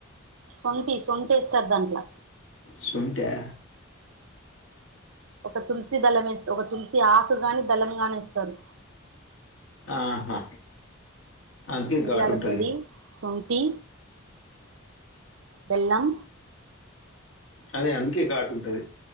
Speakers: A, on the right; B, on the left.
A: శొంఠి శొంఠి వేస్తారు దాంట్లో
B: శొంఠా
A: ఒక తులసి దల మే ఒక తులసి ఆ కు గాని దళం గానే వేస్తారు
B: ఆహా అందుకే
A: మిరియాల
B: ఘాటు ఉంటది
A: పొడి సొంటి బెల్లం
B: అదే అందుకే గాటు ఉంటది